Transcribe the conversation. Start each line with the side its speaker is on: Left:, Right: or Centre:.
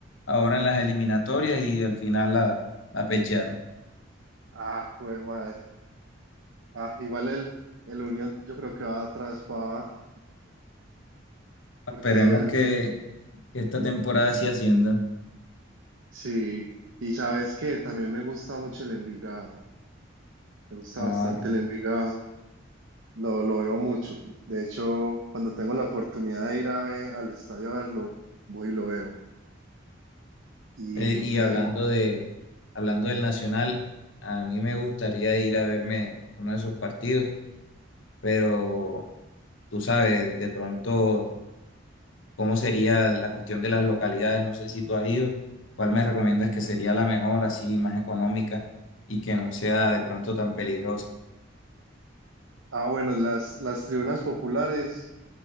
Left: ahora en las eliminatorias y al final la, la pechearon.
Right: ah, joder, madre. Ah, igual el, el Unión yo creo que va otra vez para abajo,
Left: Esperemos
Right: porque
Left: que, que esta temporada sí ascienda.
Right: sí. Y sabes qué, también me gusta mucho el Envigado. Me gusta
Left: Ah.
Right: bastante el Envigado, lo, lo veo mucho. De hecho, cuando tengo la oportunidad de ir a ve- al estadio a verlo, voy y lo veo. Y,
Left: Eh, y hablando
Right: y
Left: de, hablando del Nacional, a mí me gustaría ir a verme uno de esos partidos, pero tú sabes de pronto cómo sería la cuestión de las localidades, no sé si tú has ido, cuál me recomiendas que sería la mejor, así más económica y que no sea de pronto tan peligrosa.
Right: ah, bueno, las, las tribunas populares,